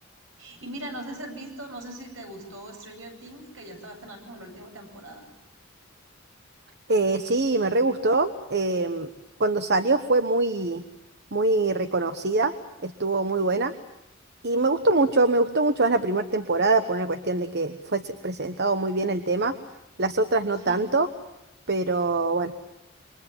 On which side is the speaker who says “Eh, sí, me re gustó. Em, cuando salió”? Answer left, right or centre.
Right